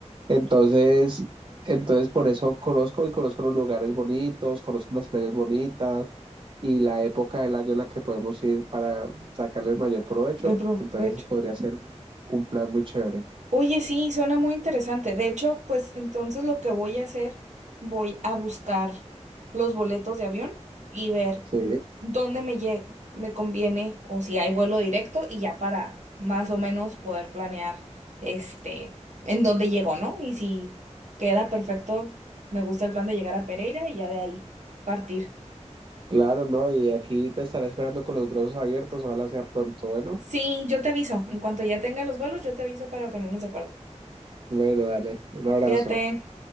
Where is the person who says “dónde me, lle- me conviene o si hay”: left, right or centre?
Right